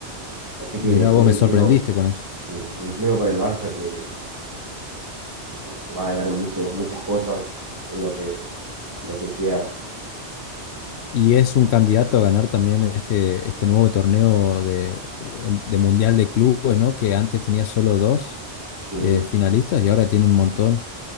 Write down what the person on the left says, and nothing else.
Mirá, vos
me
sorprendiste con eso.
Y es un candidato a ganar también en este, este nuevo torneo de, de de Mundial de Clubes, ¿no? Que antes tenía solo dos.
eh, finalistas y ahora tiene un montón.